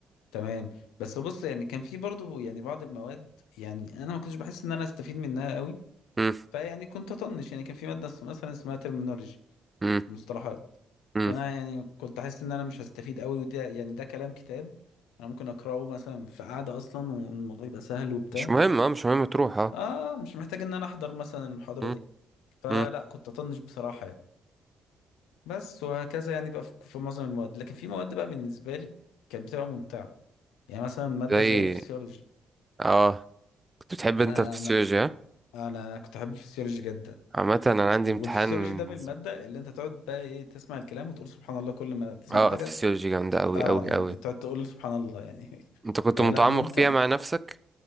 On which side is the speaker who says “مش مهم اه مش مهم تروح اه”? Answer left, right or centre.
Right